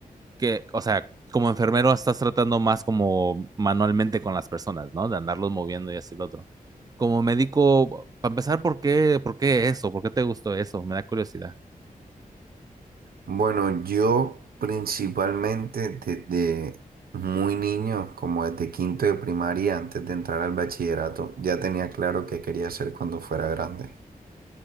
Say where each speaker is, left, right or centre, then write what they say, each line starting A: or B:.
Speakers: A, on the right; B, on the right.
A: que, o sea, como enfermero estás tratando más como manualmente con las personas, ¿no? De andarlos moviendo y así lo otro. Como médico, para empezar, ¿por qué, por qué eso? ¿Por qué te gustó eso? Me da curiosidad.
B: Bueno, yo principalmente desde muy niño, como desde quinto de primaria, antes de entrar al bachillerato, ya tenía claro qué quería hacer cuando fuera grande.